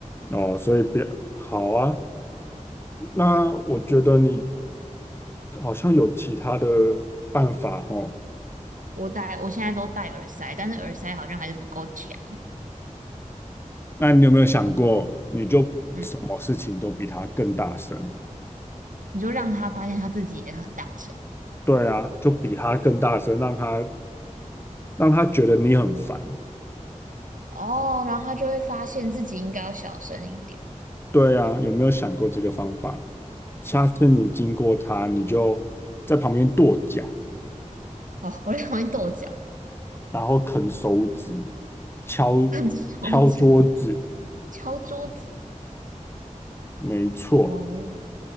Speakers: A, on the left (about 15°); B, on the right (about 80°).
A: 哦。所以别好啊。那我觉得你好像有其他的办法哦。
B: 我戴，我现在都戴耳塞，但是耳塞好像还是不够强。
A: 那你有没有想过，你就什么事情都比他更大声？
B: 嗯，你就让他发现他自己也很大声
A: 对啊，就比他更大声，让他让他觉得你很烦。
B: 哦，然后他就会发现自己应该要小声一点。
A: 对啊，有没有想过这个方法？下次你经过他，你就在旁边跺脚，
B: 哦，我在旁边跺脚、
A: 然后啃手指，敲
B: 看手指、
A: 敲桌子，
B: 敲桌子。
A: 没错，
B: 哦，